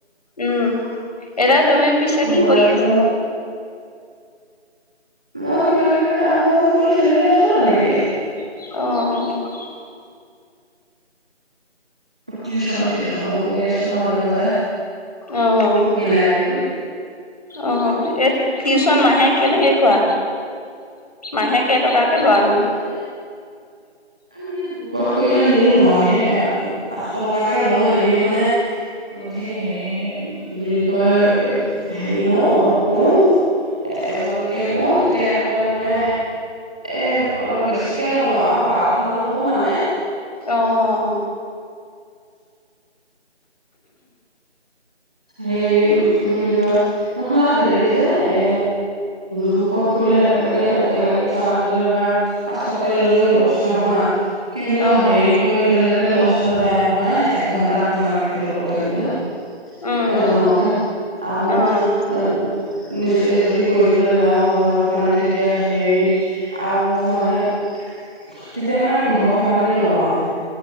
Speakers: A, on the left (about 35°); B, in the centre.
A: উম এদ তুমি পিছে কি
B: বোৱা
A: কৰি
B: চাদৰ
A: আছিলা
B: মই কিবা কিবি কাম বন কৰি চলি আছো তেনেকে
A: অঁ অঁ অঁ
B: টিউচন চিউচনো কৰি আছো মাজে মাজে
A: অ', অ',
B: মিলায় কৈ
A: অ এ টিউচন মাহে কেনেকে কোৱা মাহে কেই টকাকে
B: টিউচন
A: লোৱা ন
B: মাহে মানে গ্ৰুপত কৰিলে হেৰি লওঁ আমি এ পাঁচশ টকাকে লওঁ এনেই মানে যদি হেৰি কি বুলি কয় হেৰি লওঁ কওঁ এজনকে কওঁ তেতিয়াহলে মানে এ অলপ বেছিকে লওঁ আৰু বাৰশ মান লও মানে
A: অঁ
B: হে কি বুলি কয় নহয় হেৰি যে এ গ্ৰুপত কৰিলে একেলগে একেলগে কৰা হলে ধৰা পাঁচশকে ললেও লছ নহয় কিন্তু
A: অ',
B: হেৰি কৰি ললে লচ হৈ যায় নহয় এঘন্টা সময় এনেকে ল'ব লাগে যে
A: উম,
B: এজনকে
A: উম,
B: আৰু মই
A: অ',
B: নিজে যদি কৰিবলৈ যাও ঘৰত মানে তেতিয়া হে আৰু মানে তেতিয়া মানে পোন্ধৰশ মানে লওঁ আৰু